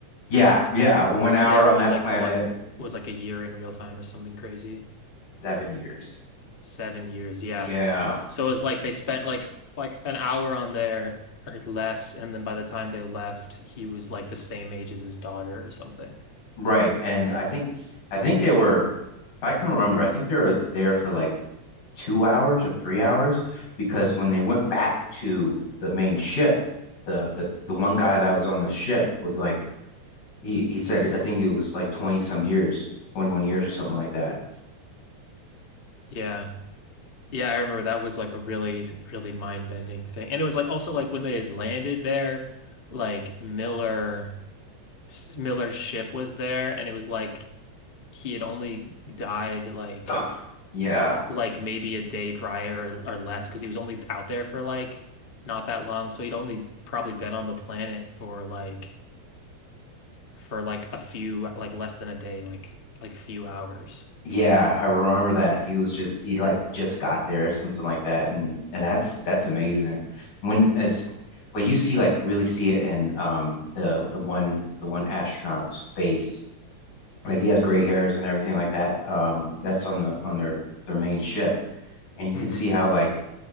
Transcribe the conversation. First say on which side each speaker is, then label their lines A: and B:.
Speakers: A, on the left (about 85°); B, on the left (about 40°).
A: Yeah, yeah, one hour
B: Yeah, where
A: on
B: it was
A: that
B: like
A: planet,
B: what was like a year in real time or something crazy.
A: seven years.
B: Seven years, yeah.
A: Yeah,
B: So it was like they spent like like an hour on there or less, and then by the time they left, he was like the same age as his daughter or something.
A: right. And I think, I think they were, if I can remember, I think they were there for like two hours or three hours because when they went back to the main ship, the the the one guy that was on the ship was like he he said I think it was like 20 some years, 21 years or something like that.
B: Yeah. Yeah, I remember that was like a really, really mind-bending thing. And it was like also like when they had landed there, like Miller Miller's ship was there and it was like he had only died like
A: Oh, yeah.
B: like maybe a day prior or, or less because he was only out there for like not that long. So he'd only probably been on the planet for like for like a few like less than a day, like like few hours.
A: Yeah, I remember that. He was just he like just got there or something like that and and that's that's amazing. When as but you see like really see it in um the the one the one astronaut's face. Like he has gray hairs and everything like that. Um that's on the on their their main ship and you can
B: hmm
A: see how like